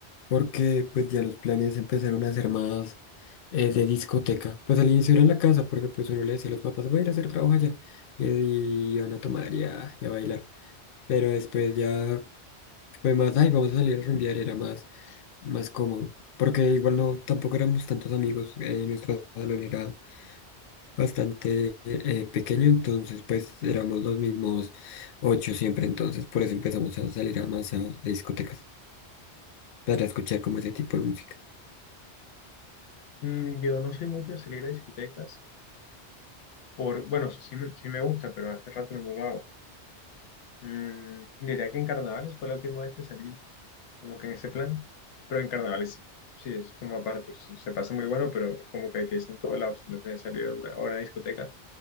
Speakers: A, on the left (about 60°); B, on the left (about 80°).
A: porque pues ya los planes empezaron a ser más eh, de discoteca. Pues al inicio era en la casa, porque pues uno le decía a los papás, voy a ir a hacer trabajo allá, y, y van a tomar y a, y a bailar. Pero después ya fue más, ay, vamos a salir a rumbear, y era más, más cómodo. Porque igual no, tampoco éramos tantos amigos, eh, en nuestro salón era bastante eh, pequeño, entonces pues éramos los mismos ocho siempre, entonces por eso empezamos a salir a más a, a discotecas para escuchar como ese tipo de música.
B: Mm, yo no soy mucho de salir a discotecas, por, bueno, o sea, sí me, sí me gusta, pero hace rato no lo hago. Mm, diría que en carnavales fue la última vez que salí como que en ese plan, pero en carnavales sí. Sí, es como aparte, se se pasa muy bueno, pero como que hay fiesta en todos lados, no tienes que salir a una, a una discoteca